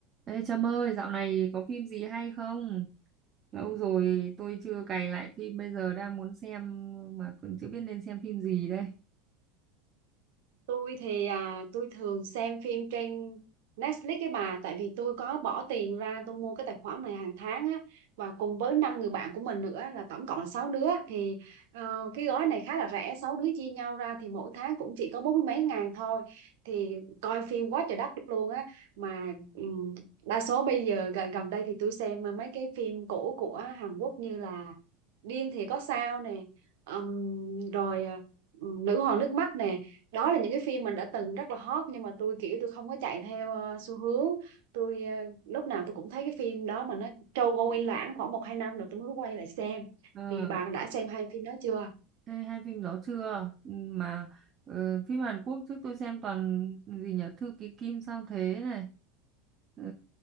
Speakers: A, on the right; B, on the right.
A: Ê Trâm ơi, dạo này có phim gì hay không? Lâu rồi tôi chưa cày lại phim, bây giờ đang muốn xem mà cũng chưa biết nên xem phim gì đây.
B: tôi thì à, tôi thường xem phim trên Netflix cái bà tại vì tôi có bỏ tiền ra tôi mua cái tài khoản này hàng tháng á và cùng với năm người bạn của mình nữa là tổng cộng là 6 đứa thì ờ, cái gói này khá là rẻ 6 đứa chia nhau ra thì mỗi tháng cũng chỉ có bốn mươi mấy ngàn thôi thì coi phim quá trời đất luôn á mà ừm, đa số bây giờ gần, gần đây thì tôi xem mấy cái phim cũ của Hàn Quốc như là Điên thì có sao nè ừm, rồi ờ, Nữ hoàng nước mắt nè đó là những cái phim mình đã từng rất là hot nhưng mà tôi kiểu tôi không có chạy theo ờ, xu hướng tôi ờ, lúc nào tôi cũng thấy cái phim đó mà nó trôi qua quay lãng khoảng một hai năm rồi tôi mới quay lại xem
A: Ờ,
B: thì bạn đã xem hai phim đó chưa
A: ê, hai phim đó chưa? Ừ, Mà ờ, phim Hàn Quốc trước tôi xem toàn gì nhỉ? Thư ký Kim sao thế này. Ờ,